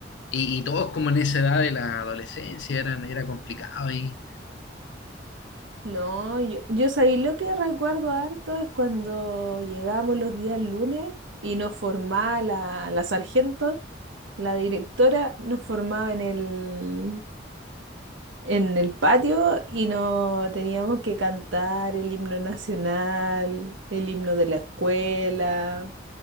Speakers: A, on the left; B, on the right.
A: y, y todos como en esa edad de la adolescencia, eran, era complicado ahí,
B: No, yo, yo sabía lo que recuerdo harto es cuando llegábamos los días lunes y nos formaba la, la sargento, la directora, nos formaba en el, en el patio y no teníamos que cantar el himno nacional, el himno de la escuela.